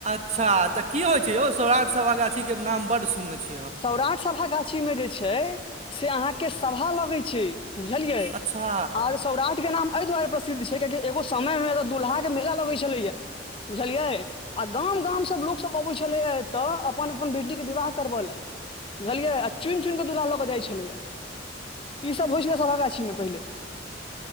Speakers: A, on the right; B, on the left.
A: अच्छा तऽ की होइ छै यौ सौराठ सभा गाछीके नाम बड सुनने छी
B: सौराठ सभा गाछी में जे छै से अहाँके सभा लगै छै बुझलियै
A: अच्छा
B: आर सौराठ के नाम एहि दुआरे प्रसिद्ध छै कियाकी एगो समय मेऽ दुलहा के मेला लगै छलैया बुझलियै आ गाम गाम सब लोकसब अबय छलैए तऽ अपन अपन बेटीके विवाह करबय लए बुझलियै आ चुनि चुनिकऽ दुल्हा लऽ कऽ जाइत छलैया ई सब होइ छलै सभा गाछी मे पहिले